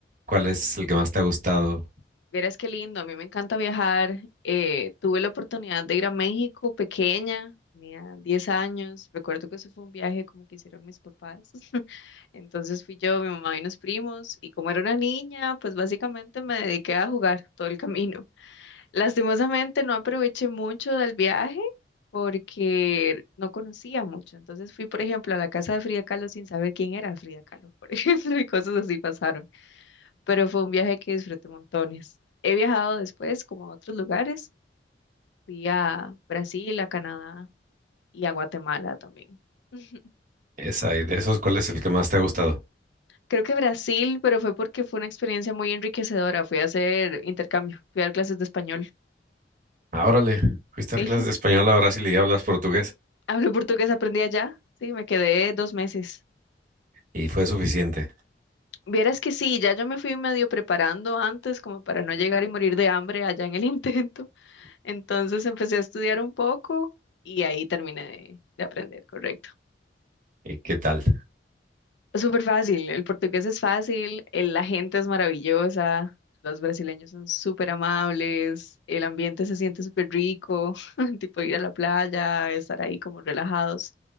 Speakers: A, on the right; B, on the left.
A: ¿Cuál es el que más
B: ujú.
A: te ha gustado?
B: Vieras qué lindo, a mí me encanta viajar. eh, tuve la oportunidad de ir a México pequeña, tenía 10 años. Recuerdo que ese fue un viaje como que hicieron mis papás. <laughs> Entonces fui yo, mi mamá y unos primos. Y como era una niña, pues básicamente me dediqué a jugar todo el camino. Lastimosamente no aproveché mucho del viaje porque no conocía mucho. Entonces fui, por ejemplo, a la casa de Frida Kahlo sin saber quién era Frida Kahlo, por <laughs> ejemplo, y cosas así pasaron. Pero fue un viaje que disfruté montones. He viajado después como a otros lugares. Fui a Brasil, a Canadá y a Guatemala también. <laughs>
A: Esa, y de esos, ¿cuál es el que más te ha gustado?
B: Creo que Brasil, pero fue porque fue una experiencia muy enriquecedora. Fui a hacer intercambio, fui a dar clases de español.
A: Ah, órale, fuiste
B: Sí,
A: a dar clases de español a Brasil y hablas portugués.
B: <laughs> hablo portugués, aprendí allá. Sí, me quedé dos meses.
A: Y fue suficiente.
B: Vieras que sí, ya yo me fui medio preparando antes como para no llegar y morir de hambre allá en el <laughs> intento. Entonces empecé a estudiar un poco y ahí terminé de, de aprender, correcto.
A: ¿Y qué tal?
B: Es súper fácil, el portugués es fácil, el- la gente es maravillosa, los brasileños son súper amables, el ambiente se siente súper rico, <laughs> tipo ir a la playa, estar ahí como relajados.